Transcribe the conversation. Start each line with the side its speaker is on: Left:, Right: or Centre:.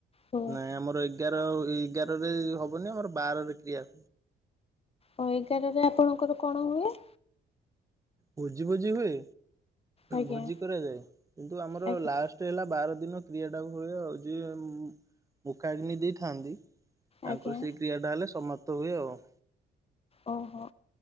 Left: ହୁଏ।
Right: ନାଇଁ ଆମର ଏଗାର ଏଗାରରେ ହବନି ଆମର ବାରରେ କ୍ରିୟା
Left: ହ ଏଗାରରେ ଆପଣଙ୍କର କଣ ହୁଏ?
Right: ଭୋଜି ଭୋଜି ହୁଏ
Left: ଆଜ୍ଞା
Right: ଭୋଜି କରାଯାଏ, କିନ୍ତୁ ଆମର
Left: ଆଜ୍ଞା
Right: ଲାଷ୍ଟ ଟେ ହେଲା ବାର ଦିନ କ୍ରିୟା ଟା ହୁଏ ଆଉ ଯିଏ ମୁଖାଗ୍ନି ଦେଇଥାନ୍ତି ତାଙ୍କର
Left: ଆଜ୍ଞା
Right: ସେଇ କ୍ରିୟା ଟା ହେଲେ ସମାପ୍ତ ହୁଏ ଆଉ।
Left: ଓହୋ